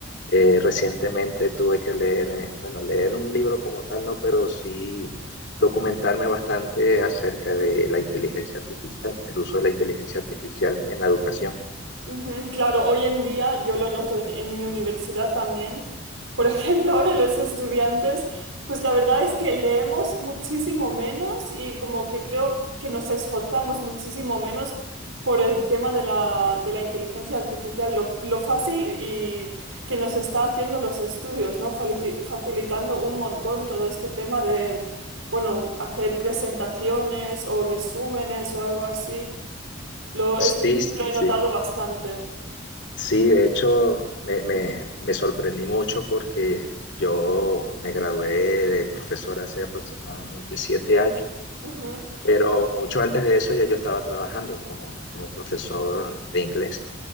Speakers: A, on the left; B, on the right.
A: Eh, recientemente tuve que leer, eh, bueno, leer un libro como tal, no, pero sí documentarme bastante acerca de la inteligencia artificial, el uso de la inteligencia artificial en la educación.
B: Ujú, Claro, hoy en día yo lo noto en, en mi universidad también. Por <laughs> ejemplo, ahora los estudiantes, pues la verdad es que leemos muchísimo menos y como que creo que nos esforzamos muchísimo menos por el tema de la, de la inteligencia artificial, lo, lo fácil y que nos está haciendo los estudios, ¿no? Falici- facilitando un montón todo este tema de, bueno, hacer presentaciones o resúmenes o algo así. Lo,
A: Sí,
B: esto sí
A: sí,
B: que lo he notado
A: sí.
B: bastante.
A: Sí, de hecho, me, me- me sorprendí mucho porque yo me gradué de profesor hace aproximadamente siete años.
B: Ujú,
A: Pero mucho antes de eso ya yo estaba trabajando como, como profesor de inglés.